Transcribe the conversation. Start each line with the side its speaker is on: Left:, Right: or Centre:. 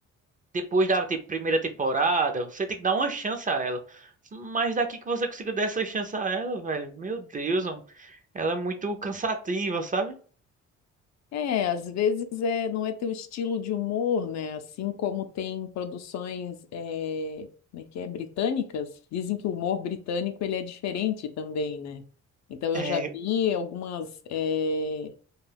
Right: depois da te- primeira temporada. Você tem que dar uma chance a ela. Mas daqui que você consiga dar essa chance a ela, velho. Meu Deus, homem. Ela é muito cansativa, sabe?
Left: É, às vezes é, não é teu estilo de humor, né? Assim como tem produções, é, como é que é, britânicas, dizem que o humor britânico ele é diferente também, né? Então eu
Right: É,
Left: já vi algumas, é,